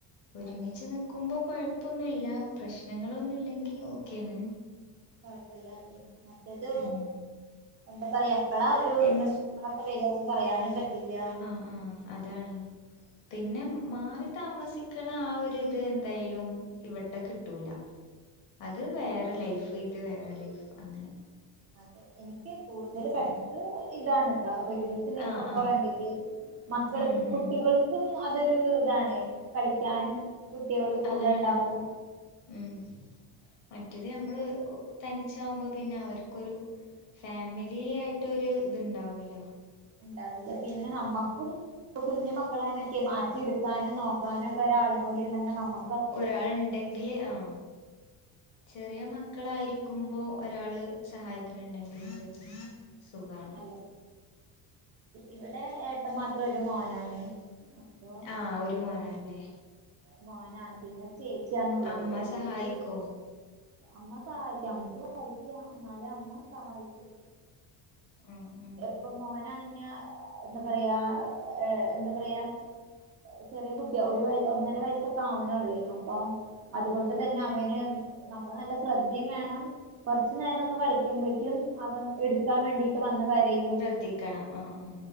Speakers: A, on the left; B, on the right.
A: ഒരുമിച്ച്
B: അതെ
A: നിക്കുമ്പോ കൊഴപ്പൊന്നുല്ല പ്രശ്നങ്ങളൊന്നുല്ലെങ്കി ഓക്കെണ്
B: കൊഴപ്പല്ല അത് മറ്റത്
A: ഉം
B: എന്താ പറയാ എപ്പളാ ഒരു
A: എൻ
B: പ്രശ്നങ്ങളെക്കെ വരാന്ന് പറയാനും പറ്റില്ല
A: ആ അതാണ് പിന്നെ മാറി താമസിക്ക്ണ ആ ഒര്ത് എന്തായാലും ഇവടെ കിട്ടൂല അത് വേറെ
B: ഇല്ല
A: ലൈഫ് ഇത് വേറെ ലൈഫ് അങ്ങനെ
B: അതെ എനിക്ക് കൂടുതൽ ബെറ്ററ്
A: ഉം
B: ഇതാണ് ട്ടോ ഒരുമിച്ച് നിക്കുമ്പ
A: ആഹ് ആഹ്
B: കണ്ടിട്ട് മക്കള്ക്ക്
A: ഉം ഉം
B: കുട്ടികൾ <unintelligible> അതൊരു ഇതാണ് കളിക്കാനും കുട്ടിയള് കൂട
A: അതാണ്
B: ണ്ടാവും
A: ഉം മറ്റത് ഞമ്മള് തനിച്ചാവുമ്പോ പിന്നെ അവർക്കൊരു ഫാമിലി ആയിട്ടൊരു ഇത്ണ്ടാവൂല
B: ഇണ്ടാവില്ല പിന്നെ നമ്മക്കും ഇപ്പൊ കുഞ്ഞു മക്കളെനെക്കെ മാറ്റി ഇട്ക്കാനും നോക്കാനു ഒക്ക ഒരാളും കൂടി ഉണ്ടങ്കി നമ്മ
A: ഒരാൾ ഇണ്ടെങ്കില് ആ ചെറിയ മക്കളായിരിക്കുമ്പോ ഒരാള് സഹായത്തിന്ണ്ടെങ്കി അത് സുഖാണ്
B: അല്ല ഇവടെ ഏട്ടം മാത്രം ഒരു മോനാണ് അപ്പൊ
A: ആ ഒരു മോനാ ലെ
B: മോനാണ് പിന്നെ ഒര് ചേച്ചിയാണുള്ളത്
A: അമ്മ
B: ചേച്ചി
A: സഹായിക്കോ
B: അമ്മ സഹായിക്കും അമ്മക്ക് വയ്യ ന്നാലും അമ്മ സഹായിക്കും
A: ഉം ഉം
B: ഇപ്പൊ മോനാണങ്കി എന്താ പറയാ ഏ എന്താ പറയാ ചെറിയ കുട്ടിയാ ഒരു വയ ഒന്നര വയസ്സൊക്കെ ആവണള്ളൂ അപ്പൊ അതുകൊണ്ട് തന്നെ അവന് നമ്മള് നല്ല ശ്രദ്ധി വേണം കൊർച് നേരം ഒന്ന് കളിക്കുമ്പളേക്കും അവൻ ഇട്ക്കാൻ വേണ്ടിട്ട് വന്ന് കരയും
A: ശ്രദ്ധിക്കണം ആ ആ